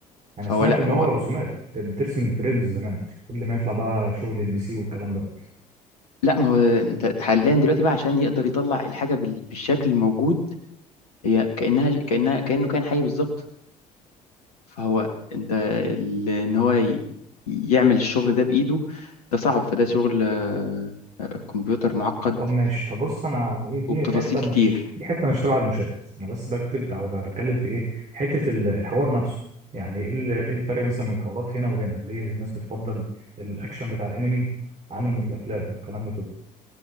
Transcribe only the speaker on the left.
فهو
لا
هو
لا ما هو انت حاليا دلوقتي بقى عشان يقدر يطلع الحاجة بال- بالشكل الموجود هي كأنها كأنها كأنه كان حي بالظبط فهو انت ال- ان هو ي- يعمل الشغل ده بإيده ده صعب فده شغل آه، آه، كمبيوتر معقد
وبتفاصيل
كتير